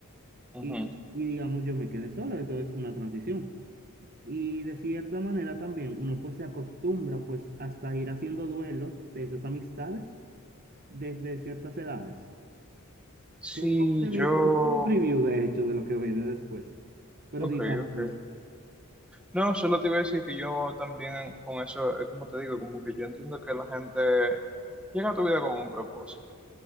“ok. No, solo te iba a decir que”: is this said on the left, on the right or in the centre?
Centre